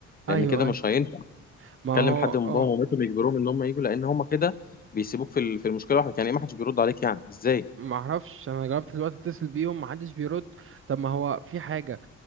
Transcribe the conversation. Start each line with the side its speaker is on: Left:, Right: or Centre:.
Left: لان
Right: ايوه
Left: كده مش
Right: ايوه
Left: هينفع
Right: ما هو
Left: كلم حد من
Right: اه
Left: باباهم ومامتهم يجبرهم ان هم يجوا لان هم كده بيسيبوك في ال- في المشكله لوحدك يعني ايه ما حدش بيرد عليك يعني ازاي
Right: ما اعرفش انا جربت دلوقتي اتصل بيهم ما حدش بيرد طب ما هو في حاجه